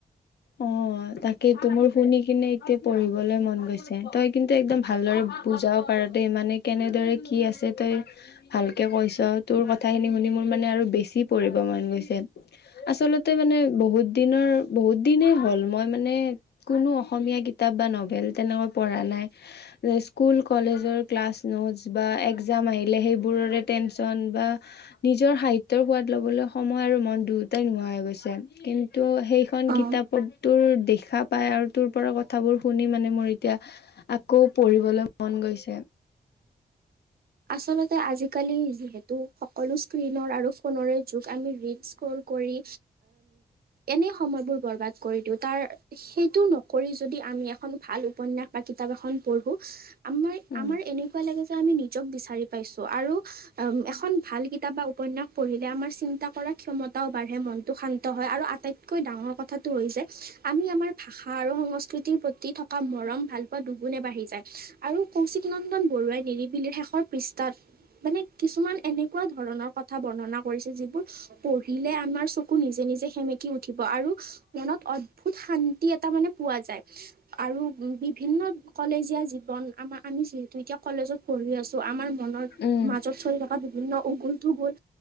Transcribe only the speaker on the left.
অ' তাকেইো মোৰ শুনি কিনে এতিয়া পঢ়িবলৈ মন গৈছে তই কিন্তু একদম ভালদৰে বুজাৱ পাৰতে মানে কেনেদৰে কি আছে তই ভালকে কৈছ তোৰ কথা খিনি শুনি মোৰ মানে আৰু বেছি পঢ়িব মন গৈছে আচলতে মানে বহুত দিনৰ বহুত। দিনেই হ'ল মই মানে কোনো অসমীয়া কিতাপ বা নভেল তেনেকৈ পঢ়া নাই যে স্কুল কলেজৰ ক্লাছ নোটচ বা এক্জাম আহিলে সেইবোৰৰে টেনচন বা নিজৰ সাহিত্যৰ সোৱাদ ল'বলৈ সময় আৰু মন দুয়োটাই নোহোৱা হৈ গৈছে কিন্তু। সেইখন।
তোৰ দেখা পাই আৰু তোৰ পৰা কথাবোৰ শুনি মানে মোৰ এতিয়া আকৌ পঢ়িবলৈ মন গৈছে।
উম
উম